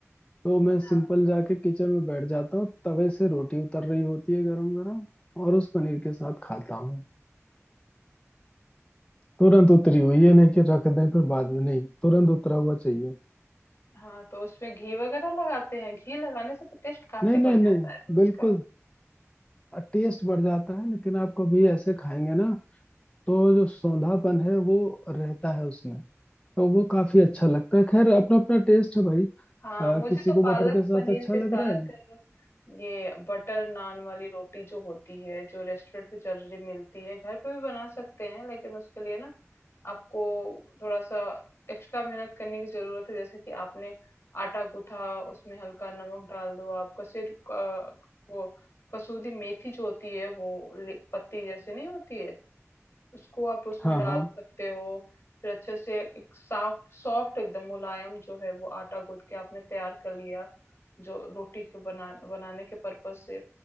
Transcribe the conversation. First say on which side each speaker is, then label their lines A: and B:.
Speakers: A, on the left; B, on the left.
A: तो मैं
B: हाँ
A: सिंपल जाके किचन में बैठ जाता हूँ तवे से रोटी उतर रही होती है गरम गरम और उस पनीर के साथ खाता हूँ तुरंत उतरी हुई ये नहीं कि रख दें फिर बाद में नहीं तुरंत उतरा हुआ चाहिए
B: हाँ तो उसमें घी वगैरह लगाते हैं घी लगाने से तो टेस्ट काफी
A: नहीं नहीं
B: बढ़ जाता
A: नहीं
B: है फिर
A: बिल्कुल
B: उसका
A: टेस्ट बढ़ जाता है लेकिन आप कभी ऐसे खाएंगे ना तो जो सौंधापन है वो रहता है उसमें तो वो काफी अच्छा लगता है खैर अपना अपना टेस्ट है भाई अ,
B: हाँ मुझे
A: किसी
B: तो
A: को
B: पालक
A: बटर के साथ
B: पनीर
A: अच्छा
B: के
A: लग
B: साथ
A: रहा है
B: ये बटर नान वाली रोटी जो होती है जो रेस्टोरेंट की जल्दी मिलती है घर पे भी बना सकते हैं लेकिन उसके लिए ना आपको थोड़ा सा एक्स्ट्रा मेहनत करने की जरूरत है जैसे कि आपने आटा गूथा उसमें हल्का नमक डाल दो आप कसीर का- वो कसूरी मेथी जो होती है वो ले- पत्ती जैसे नहीं होती है उसको आप उसमें
A: हाँ
B: डाल
A: हाँ
B: सकते हो फिर अच्छे से एक साफ सॉफ्ट एकदम मुलायम जो है वो आटा गूंथ के आपने तैयार कर लिया जो रोटी के बना बनाने के पर्पज से